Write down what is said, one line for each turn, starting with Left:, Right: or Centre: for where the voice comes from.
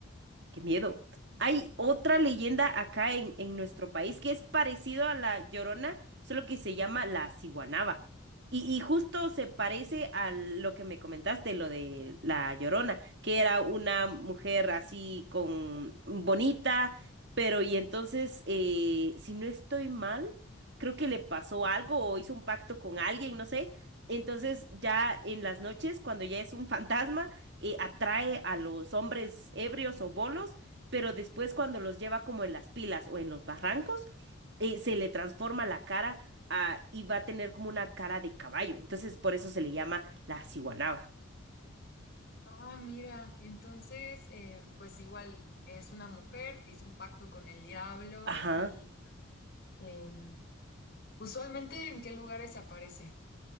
Right: Qué miedo. Hay otra leyenda acá en, en nuestro país que es parecido a la Llorona, solo que se llama la Ciguanaba. Y, y justo se parece a lo que me comentaste, lo de la Llorona, que era una mujer así con bonita, pero y entonces, eh, si no estoy mal, creo que le pasó algo o hizo un pacto con alguien, no sé, entonces ya en las noches, cuando ya es un fantasma, eh, atrae a los hombres ebrios o bolos, pero después cuando los lleva como en las pilas o en los barrancos, eh, se le transforma la cara a- y va a tener como una cara de caballo. Entonces por eso se le llama la ciguanaba.
Left: Ah, mira, entonces, em, pues igual es una mujer que hizo un pacto con el diablo
Right: Ajá.
Left: y em, usualmente ¿en qué lugares aparece?